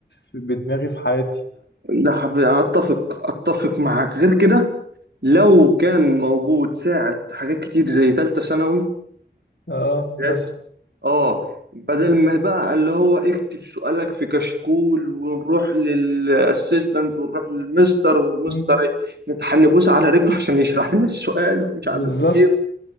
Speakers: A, on the left (about 85°); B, on the right (about 70°).
A: في- بدماغي في حياتي
B: ده حب- اتفق اتفق معاك غير كده لو كان موجود ساعة حاجات كتير زي تالتة ثانوي
A: اه
B: بالذات
A: مثلا
B: اه بدل ما بقى اللي هو اكتب سؤالك في كشكول ونروح للاسيستنت ونروح للمستر ومستر
A: مم،
B: إيه، نتحنبوس على رجله عشان يشرح لنا السؤال ومش
A: بالظبط
B: عارف ايه